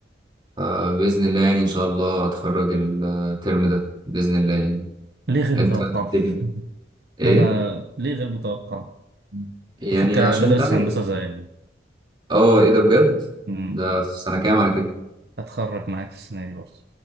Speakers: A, on the right; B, on the right.
A: فبإذن الله يعني إن شاء الله أتخرج الترم ده بإذن الله يعني
B: ليه غير
A: أنت
B: متوقع
A: إيه الدنيا
B: <laughs>
A: إيه؟
B: انا ليه غير متوقع
A: يعني
B: الفكره
A: عشان
B: بدرس
A: أنت عارف
B: هندسه زي
A: أه إيه ده بجد؟
B: امم
A: ده سنة كام على كده؟
B: هتخرج معاك السنه دي برضه